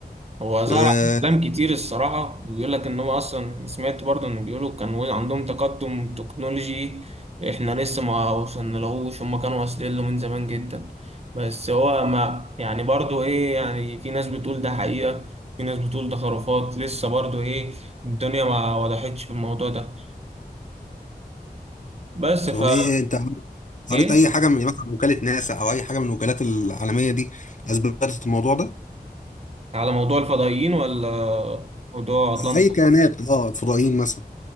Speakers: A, on the right; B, on the left.
A: هو ظهر
B: أه
A: عليه كلام كتير الصراحة وبيقول لك إن هو أصلا سمعت برضه إنه بيقولوا كان عندهم تقدم تكنولوجي إحنا لسه ما وصلنالهوش هما كانوا واصلين له من زمان جدا بس هو ما يعني برضه إيه يعني في ناس بتقول ده حقيقة في ناس بتقول ده خرافات لسه برضه إيه الدنيا ما وضحتش في الموضوع ده بس
B: طب
A: فا
B: ايه إيه، انت
A: إيه
B: قريت اي حاجه من مثلا وكاله ناسا او اي حاجه من الوكالات العالميه دي اثبتت الموضوع ده
A: على موضوع الفضائيين ولا موضوع أطلانتا
B: اي كائنات اه فضائيين مثلا